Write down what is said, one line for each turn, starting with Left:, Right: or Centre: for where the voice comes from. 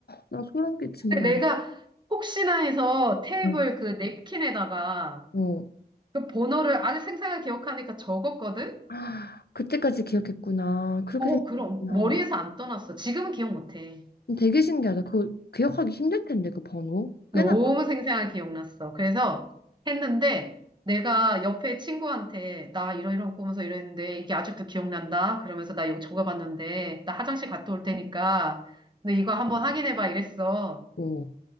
Left: 나 소름 끼친다.
Right: 근데 내가 혹시나 해서 테이블
Left: 어,
Right: 그 냅킨에다가
Left: 어.
Right: 그 번호를 아주 생생하게 기억하니까 적었거든?
Left: 아, 그때까지 기억했구나. 그렇게
Right: 어,
Left: 생각했구나.
Right: 그럼 머리에서 안 떠났어. 지금은 기억 못해.
Left: 음, 되게 신기하다. 그거 기억하기 힘들 텐데, 그 번호.
Right: 너무
Left: 꽤나
Right: 생생하게 기억났어. 그래서 했는데 내가 옆에 친구한테 나 이런 이런 꾸면서 이랬는데 이게 아직도 기억난다. 그러면서 나 이거 적어봤는데 나 화장실 갔다 올 테니까 너 이거 한번 확인해봐 이랬어.
Left: 많고.